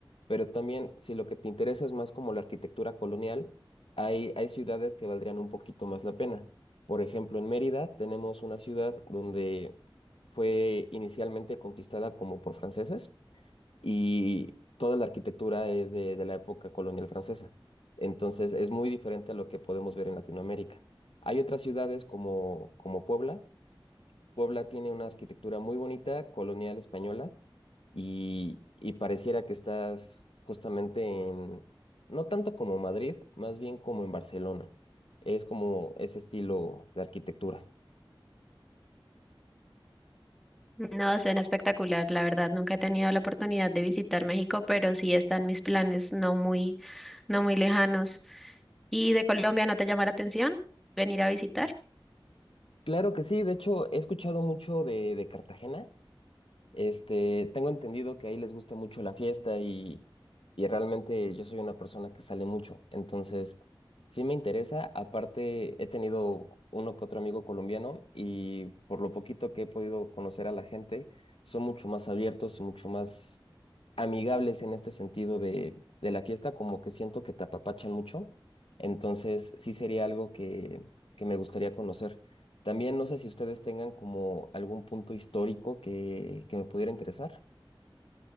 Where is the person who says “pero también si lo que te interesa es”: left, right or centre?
Left